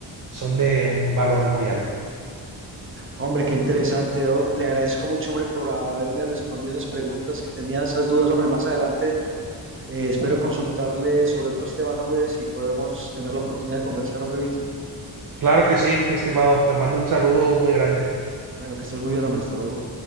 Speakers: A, on the right (about 45°); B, on the right (about 25°).
A: son de un valor muy alto.
B: hombre, qué interesante. oh, le agradezco mucho, hombre, por haberme respondido esas preguntas que tenía, esas dudas, hombre. Más adelante eh, espero consultarle sobre otros temas, hombre, si podemos tener la oportunidad de conversar, hombre, Vito.
A: Claro que sí, mi estimado, te mando un saludo muy grande.
B: Bueno, que estés muy bien, hombre. Hasta luego.